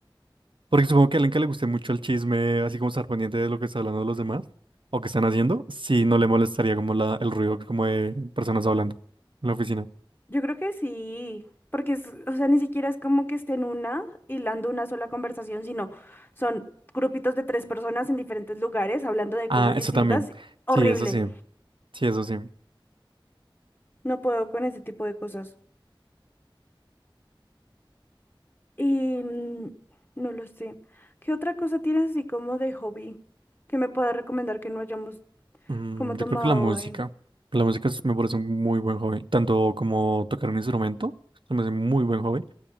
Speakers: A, on the right; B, on the left.
A: Porque supongo que a alguien que le guste mucho el chisme, así como estar pendiente de lo que está hablando los demás o que están haciendo, sí no le molestaría como la, el ruido como de personas hablando en la oficina.
B: Yo creo que sí, porque es, o sea, ni siquiera es como que estén una hilando una sola conversación, sino son grupitos de tres personas en diferentes lugares hablando de
A: Ah,
B: cosas
A: eso
B: distintas.
A: también.
B: Horrible.
A: Sí, eso sí. Sí, eso sí.
B: No puedo con ese tipo de cosas. Y mm, no lo sé. ¿Qué otra cosa tienes así como de hobby que me puedas recomendar que no hayamos
A: Mm,
B: como
A: yo
B: tomado
A: creo que la música.
B: hoy?
A: La música es- me parece un muy buen hobby. Tanto como tocar un instrumento, se me hace muy buen hobby.